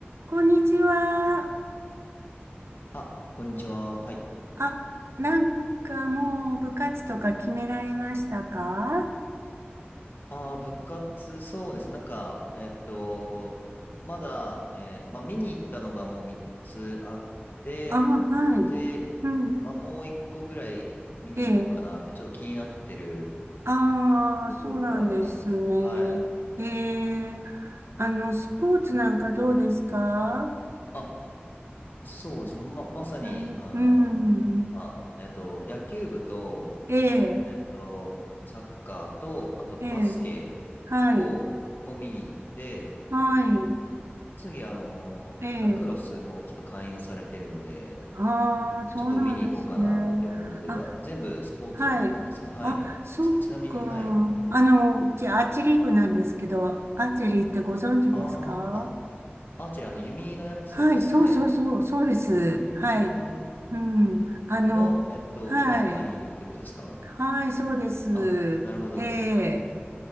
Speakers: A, on the right (about 85°); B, on the left (about 50°).
A: こんにちは。
B: あ、こんにちは。はい。
A: あ、なんかもう部活とか決められましたか
B: ああ、部活、そうです。なんか、えっと、まだ、えーまあ、見に行ったのがもう3つあって、
A: あ、はい。
B: で、
A: うん。
B: まあ、もう1個ぐらい見に行こうかなって、
A: ええ。
B: ちょっと気になってる
A: ああ、
B: ところがありますね。
A: そうなんですね。
B: はい。
A: ええ。あの、スポーツなんかどうですか
B: あ、そうです。ま、まさに、
A: うん、
B: あのー今、
A: うん。
B: えっと、野球部と、
A: ええ、
B: えっと、サッカーと、あとバスケ
A: ええ。はい。
B: を、もう見に行って、
A: はい。
B: 次、あのーラクロスもちょっと勧誘されてるので、
A: ええ。ああ、そうなんですね。
B: ちょっと見に行こうかなって思ってて、
A: あ、
B: あ、全部スポーツだったんですけど、
A: はい。
B: はい。
A: あ、そっか。
B: ち、ちなみに、はい。
A: あの、うちアーチェリー部なんですけど、アーチェリーってご存知ですか
B: あー、あ、アーチェリー、あの、弓のやつですよね。
A: はい、そうそうそう、そうです。
B: うーん。
A: はい。うん。あの、
B: の、えっと、
A: はい。
B: はい、勧誘ってことですか
A: はい、そうです。
B: あ、なるほど。
A: ええ。